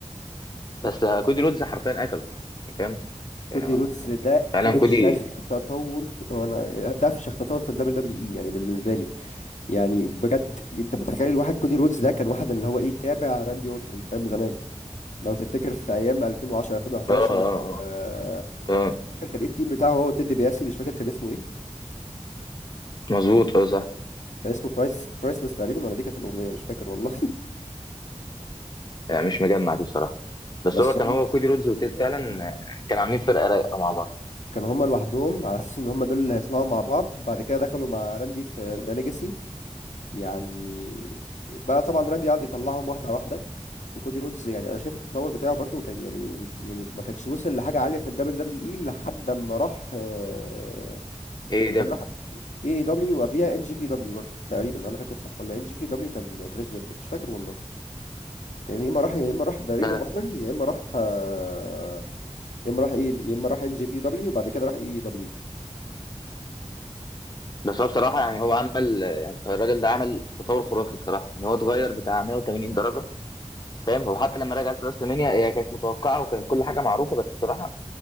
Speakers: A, on the left; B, on the left.
A: بس آه، كودي رودز حرفيا اكله يعني فاهم يعني
B: كودي
A: هو
B: رودز ده
A: فعلا
B: افشخ
A: كودي
B: تطور في... وانا ده افشخ تطور في الدبليو دبليو اي يعني بالنسبة لي يعني بجد انت متخيل واحد كودي رودز ده كان واحد اللي هو ايه تابع راندي اورتون فاهم زمان لو تفتكر في ايام 2010 2011
A: اه اه اه
B: آه،
A: آه، آه،
B: فاكر كان ايه التيم بتاعه هو تيد بياسي مش فاكر كان اسمه ايه
A: مظبوط اه صح
B: كان اسمه برايس برايسلس تقريبا ولا دي كانت الاغنيه مش فاكر والله
A: يعني مش مجمع دي بصراحه بس
B: <laughs> بس
A: هو كان
B: هم
A: هو كودي رودز وتيد فعلا آه، كانوا عاملين فرقه رايقه مع بعض
B: كانوا هم لوحدهم على اساس ان هم دول اللي هيطلعوا مع بعض وبعد كده دخلوا مع راندي في ذا ليجاسي يعني بقى طبعا راندي قعد يطلعهم واحده واحده وكودي رودز يعني انا شايف التطور بتاعه برضو كان يعني يعني ما كانش وصل لحاجه عاليه في الدبليو دبليو اي لحد ما راح آه،
A: ايه ده
B: كان راح اي دبليو وقبليها ان جي بي دبليو برضو تقريبا لو انا فاكر صح ولا ان جي بي دبليو كان كريس جيركو مش فاكر والله يعني يا اما راح يا اما راح ذا رينج
A: لا
B: اوف
A: لا
B: اونر يا اما راح آه، يا اما راح ايه يا اما راح ان جي بي دبليو وبعد كده راح اي دبليو
A: بس هو بصراحة يعني هو عمل يعني الراجل ده عمل تطور خرافي بصراحة يعني هو اتغير بتاع 180 درجة فاهم هو حتى لما رجع في راس المنيا هي كانت متوقعة وكانت كل حاجة معروفة بس بصراحة